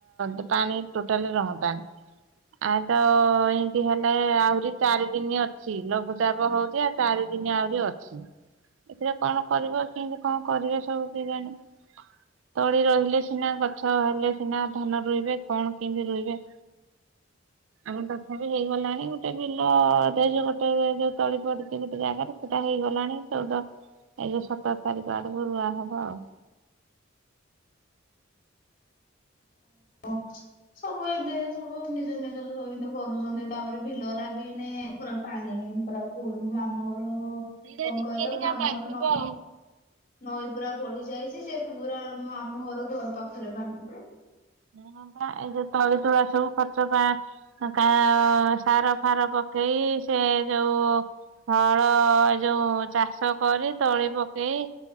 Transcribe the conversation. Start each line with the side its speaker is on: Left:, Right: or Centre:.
Right: ଟା, ପାଣି ଟୋଟାଲ୍ ରହନ୍ତା ଆ-ତ ଇନ୍ତି ହେଲେ, ଆହୁରି ଚାରି ଦିନି ଅଛି। ଲଘୁଚାପ ହଉଚି ଚାରି ଦିନି ଆହୁରି ଅଛି। ଏଥିରେ କ'ଣ କରିବ, କିନ୍ତି କ'ଣ କରିବେ ସବୁ କେଜାଣି? ତଳି ରହିଲେ ସିନା, ଗଛ ହେଲେ ସିନା ଧାନ ରୁଇବେ। କ'ଣ କିନ୍ତି ରୁଇବେ? ଆମର ତଥାବି ହେଇଗଲାଣି। ଗୋଟେ ବିଲ ଦେଇଚୁ ଗୋଟେ ଯଉ ତଳି ପଡି ଏଇ ଗୋଟେ ଜାଗାରେ ସେଟା ହେଇଗଲାଣି। ଚଉଦ ଏଇ ଯଉ ସତର୍ ତାରିଖ ଆଡକୁ ରୁଆ ହବ ଆଉ।
Left: <inaudible> ସବୁ ନିଜ ନିଜର ସ କରୁଚନ୍ତି। ତା'ପରେ ବିଲରା ବି ନେ ପୁରା ପାଣି ପୁରା ପୁଲୁ ମାମୁଁ ଅର
Right: ସେଇଟା
Left: କ'ଣ
Right: ଟିକେ
Left: କଇଲ?
Right: ଏଇନିକା
Left: ମାମୁଁ
Right: ବାଧିବ
Left: ଅର ନ
Right: ଆଉ
Left: ନଈ ପୁରା ବଢି ଯାଇଚି ଯେ, ପୁରା ଆମ ଆମୁଁ ଘର ପାଖରେ ପାଣି।
Right: ହଁ! ବା, ଏଯଉ ତଳିତୁଳା ସବୁ ଖର୍ଚ୍ଚ ପା କା ସାର ଫାର ପକେଇ ସେ ଯଉ ହଳ, ଏ ଯଉ ଚାଷ କରି ତଳି ପକେଇ।